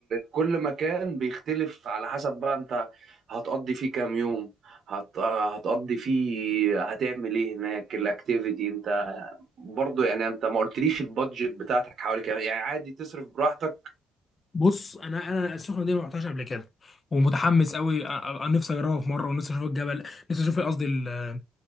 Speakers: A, on the right (about 50°); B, on the left (about 30°).
A: كل مكان بيختلف على حسب بقى انت هتقضي فيه كام يوم هت... هتقضي فيه هتعمل ايه هناك الاكتيفيتي انت برضو يعني انت ما قلتليش البادجت بتاعتك حوالي كام يعني عادي تصرف براحتك
B: بص انا انا السخنه دي ما رحتهاش قبل كده ومتحمس قوي أ- أ- نفسي اجربها في مره ونفسي اشوف الجبل نفسي اشوف قصدي ال-